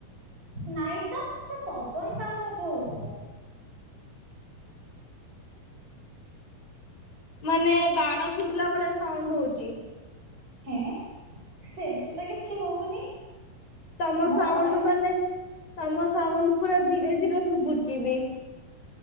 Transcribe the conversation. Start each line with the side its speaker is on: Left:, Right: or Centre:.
Right: ନାଇଁ ତ ସେ ପବନ ସାଉଣ୍ଡ ହଉଥିବ।
Left: ମାନେ ବାଣ ଫୁଟିଲା ଭଳିଆ ସାଉଣ୍ଡ ହଉଛି।
Right: ହେଁ ସେମତି ତ କିଛି ହଉନି
Left: ତମ
Right: ମୋ
Left: ସାଉଣ୍ଡ
Right: ଭଏ
Left: ମାନେ ତମ ସାଉଣ୍ଡ ପୁରା ଧୀରେ ଧୀରେ ଶୁଭୁଚିବି।